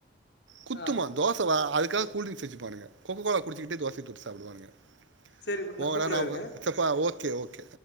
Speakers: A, on the right; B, on the left.
A: குத்துமா
B: ஆ
A: தோச வ அது க கூல்ட்ரிங்ஸ் வச்சிப்பானுங்க கோ கோ கோலா குடிச்சிட்டே தோசய தொட்டு சாப்டுவாங்க
B: சரி ப்ரோ
A: போங்க
B: கூப்புட்றே
A: டா நா
B: இருங்க
A: பா ஓகே ஓகே